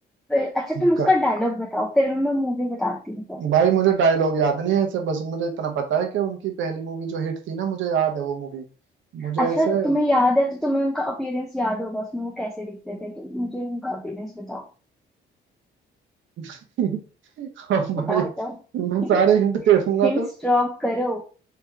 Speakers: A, in the centre; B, on the right.
A: फिर अच्छा तुम उसका
B: ग-
A: डायलॉग बताओ फिर मैं मूवी बताती हूँ तो
B: भाई मुझे डायलॉग याद नहीं है ऐसे बस मुझे इतना पता है कि उनकी पहली मूवी जो हिट थी ना मुझे याद है वो मूवी मुझे
A: अच्छा
B: ऐसे
A: तुम्हें याद है तो तुम्हें उनका अपीयरेंस याद होगा उसमें वो कैसे दिखते थे तो मुझे उनका अपीयरेंस बताओ
B: <laughs> हाँ भाई
A: बताओ बताओ
B: मैं सारे
A: <laughs>
B: हिंट दे दूंगा
A: हिंट्स
B: तो
A: ड्रॉप करो